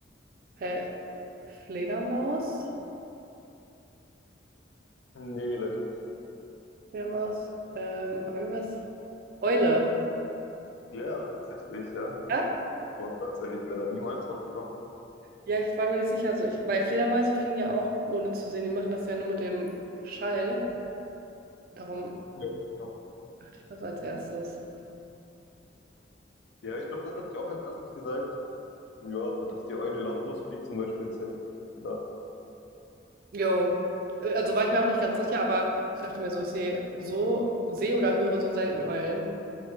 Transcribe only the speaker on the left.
Nee, leider nicht.
Ja, tatsächlich, ja.
Boah, tatsächlich, ich wäre da niemals drauf gekommen.
Ja, ja.
Ja, ich glaube, das hätte ich auch als erstes gesagt. Ja, aber dass die Eule lautlos fliegt zum Beispiel, das hätte ich nicht gedacht.